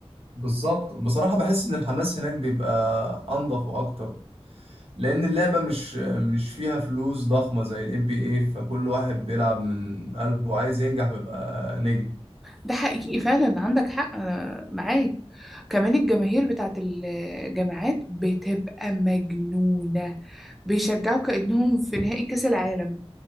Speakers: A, on the right (about 65°); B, in the centre.
A: بالظبط بصراحه بحس ان الحماس هناك بيبقى انضف واكتر لان اللعبه مش مش فيها فلوس ضخمه زي الام بي اي فكل واحد بيلعب من قلبه عايز ينجح ويبقى نجم
B: ده حقيقي فعلا عندك حق أنا معاك كمان الجماهير بتاعت الجامعات بتبقى مجنونة بيشجعوا كأنهم في نهائي كأس العالم